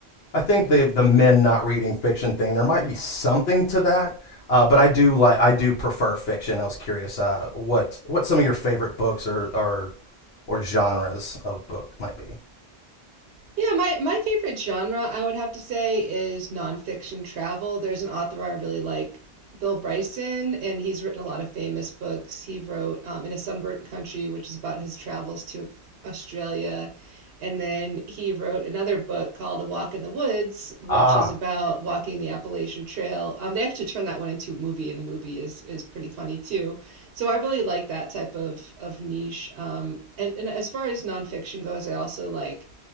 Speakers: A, on the left; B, on the right.
A: I think the the men not reading fiction thing there might be something to that. Uh, but I do like I do prefer fiction. I was curious uh, what what some of your favorite books or or, or genres of books might be.
B: Yeah, my my favorite genre, I would have to say, is nonfiction travel. There's an author I really like, Bill Bryson, and he's written a lot of famous books. He wrote um, In a Sunburnt Country, which is about his travels to Australia. And then he wrote another book called A Walk in the Woods, which
A: Ah,
B: is about walking the Appalachian Trail. Um, they actually turned that one into a movie, and the movie is is pretty funny too. So I really like that type of of niche. Um, and, and as far as nonfiction goes, I also like